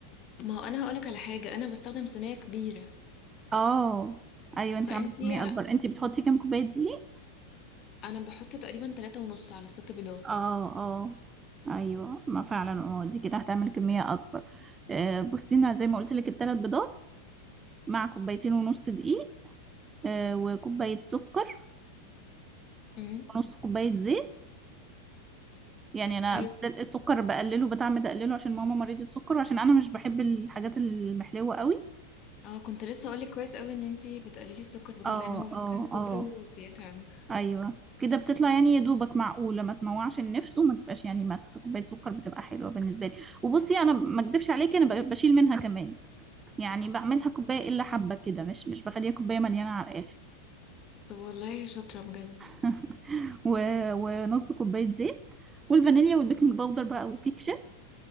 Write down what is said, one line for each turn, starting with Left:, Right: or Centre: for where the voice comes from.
Left: ما هو انا هقولك على حاجه انا بستخدم صينيه كبيره
Right: اه ايوه انت
Left: فانتي
Right: عامله كميه اكبر انت بتحطي كام كوبايه دقيق
Left: انا بحط تقريبا تلاتة ونص على ست بيضات
Right: اه اه ايوه ما فعلا اه دي كده هتعمل كميه اكبر آه بصي انا زي ما قلت لك الثلاث بيضات مع كوبايتين ونص دقيق آه وكوبايه سكر
Left: امم
Right: ونص كوبايه زيت يعني انا
Left: ايوه
Right: بالذات السكر بقلله بتعمد اقلله عشان ماما مريضه السكر وعشان انا مش بحب الحاجات المحلوه قوي
Left: اه كنت لسه اقولك كويس قوي ان انتي بتقللي السكر بجد
Right: اه
Left: لان هو فعلا
Right: اه
Left: من كتره
Right: اه
Left: بيتعب
Right: ايوه كده بتطلع يعني يا دوبك معقوله ما تموعش النفس وما تبقاش يعني ماسكه كوبايه سكر بتبقى حلوه بالنسبه لي وبصي انا ما اكدبش عليكي انا ب- بشيل منها كمان يعني بعملها كوبايه الا حبه كده مش مش بخليها كوبايه مليانه على الاخر
Left: طب والله شاطرة بجد
Right: <laughs> و... ونص كوبايه زيت والفانيليا والبيكنج باودر بقى والكيك شيف